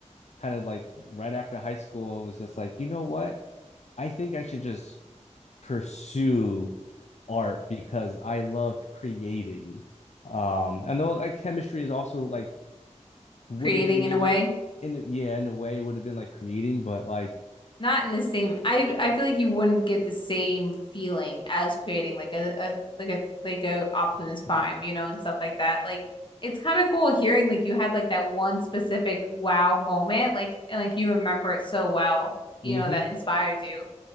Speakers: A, on the left (about 65°); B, on the left (about 40°).
A: kind of like right after high school, it was just like, you know what? I think I should just pursue art because I love creating. Um, I know like chemistry is also like would
B: creating
A: have been maybe
B: in a way
A: if in yeah in a way it would have been like creating but like
B: Not in the same. I I feel like you wouldn't get the same feeling as creating like a, a like a like a Optimus Prime, you know, and stuff like that. Like it's kind of cool hearing like you had like that one specific wow moment, like and like you remember it so well, you
A: mm-hmm
B: know, that inspired you